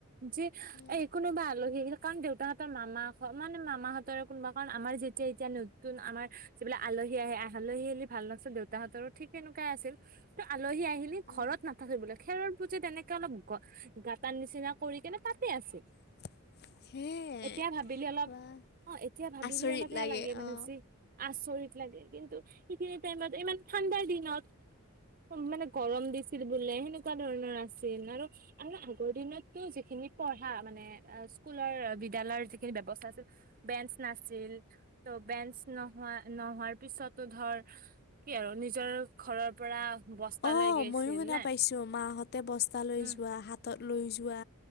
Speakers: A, on the right; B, on the left.
A: যি
B: উম
A: এ কোনোবা আলহি আহিলে কাৰণ দেউতাহঁতৰ মামা মানে মামাহঁতৰ কোনোবা কাৰণ আমাৰ যেতিয়া এতিয়া নতুন আমাৰ যিবিলাক আলহী আহে আলহী আহিলে ভাল লকচোন দেউতাহঁতৰো ঠিক তেনেকুৱাই আছিল। টো আলহী আহিলি
B: উম
A: ঘৰত নাথাকে বোলে। খেৰৰ পুঁজি তেনেকে অলপ গ-গাঁতাৰ নিচিনা কৰি কেনে তাতে আছিল।
B: <inaudible> সেয়ে
A: এতিয়া ভাবিলি অলপ
B: বা
A: অ', এতিয়া ভাবিলি
B: আচৰিত
A: অলপ সেয়া লাগে মানে
B: অঁ
A: যি আচৰিত লাগে কিন্তু সেইখিনি টাইমত ইমান ঠাণ্ডাৰ দিনত। মানে গৰম দিছিল বোলে সেনেকুৱা ধৰণৰ আছিল আৰু আৰু আগৰ দিনতো যিখিনি পঢ়া মানে স্কুলৰ বিদ্যালয় জিখিনি ব্যৱস্থা আছিল। বেঞ্চ নাছিল ত' বেঞ্চ নহোৱা-নহোৱাৰ পিছতো ধৰ কি আৰু নিজৰ ঘৰৰ পৰা বস্তা
B: অ'
A: লৈ গৈছিল
B: ময়ো শুনা
A: নে
B: পাইছো মাহঁতে বস্তা লৈ
A: উম
B: যোৱা হাত তত লৈ যোৱা,